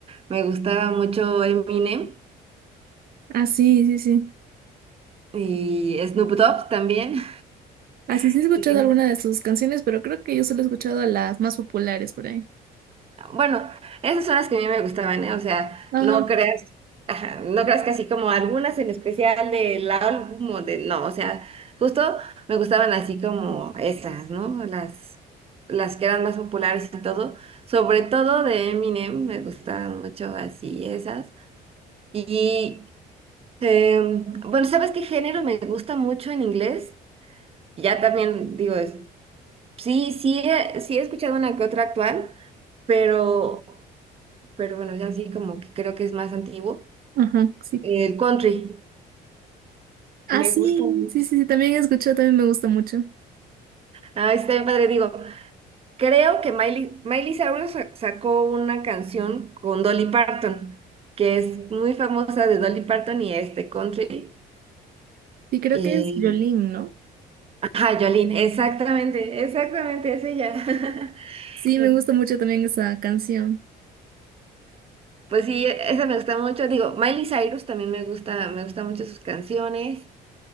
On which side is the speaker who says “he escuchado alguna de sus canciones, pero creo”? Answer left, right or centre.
Right